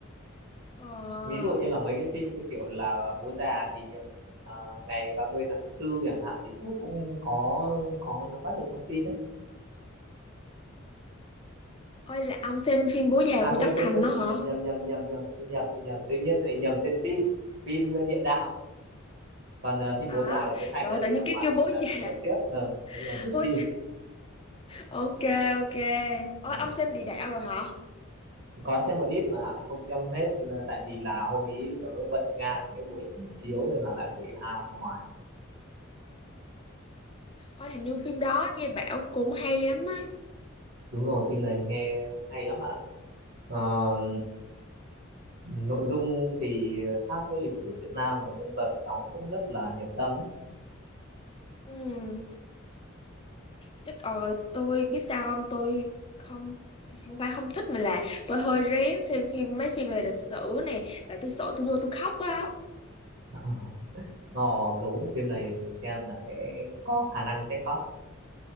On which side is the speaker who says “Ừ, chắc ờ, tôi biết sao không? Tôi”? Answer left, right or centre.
Left